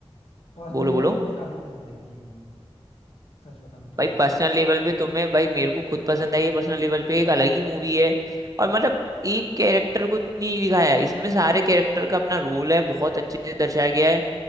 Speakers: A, on the left (about 80°); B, on the right (about 35°).
A: पर्सनल
B: बोलो
A: लेवल
B: बोलो
A: पे मुझे काफी पसंद आई थी ये मूवी सच बताऊं तो
B: भाई
A: अगर
B: पर्सनल लेवल पे तुम्हें भाई मेरे को खुद पसंद आई है पर्सनल लेवल पे एक अलग ही मूवी है और मतलब एक कैरेक्टर को नहीं दिखाया है। इसमें सारे कैरेक्टर का अपना रोल है बहुत अच्छे से दर्शाया गया है